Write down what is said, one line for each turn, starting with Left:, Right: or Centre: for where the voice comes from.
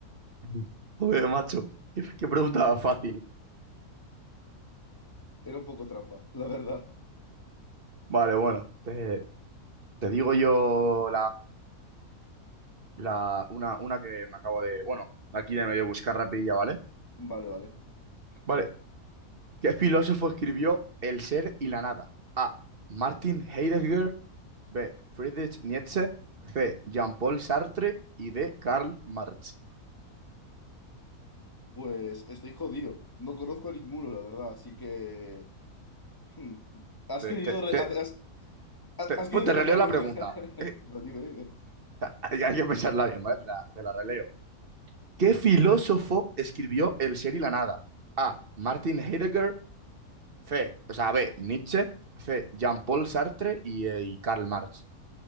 Right: <laughs> Mm. Joder, macho, qué, qué pregunta fácil.
Left: Era un poco trampa, la verdad.
Right: Vale, bueno, te, te digo yo La, una, una que me acabo de, bueno, aquí de medio buscar rapidilla, ¿vale?
Left: Vale, vale.
Right: Vale. ¿Qué filósofo escribió El ser y la nada? A. Martin Heidegger. B. Friedrich Nietzsche. C. Jean-Paul Sartre. Y D. Karl Marx.
Left: Pues estoy jodido. No conozco a ninguno, la verdad, así que... hmm, Has
Right: Te,
Left: querido...
Right: te,
Left: re-
Right: te,
Left: Has, has-
Right: te-
Left: has querido
Right: pues te
Left: devolvérmela.
Right: releo la pregunta.
Left: <laughs>
Right: Eh,
Left: Dime, dime.
Right: o sea, hay, hay que pensarla bien, ¿vale? La- te la releo. ¿Qué filósofo escribió El ser y la nada? A. Martin Heidegger. C. O sea, B. Nietzsche. C. Jean-Paul Sartre y, eh, y Karl Marx.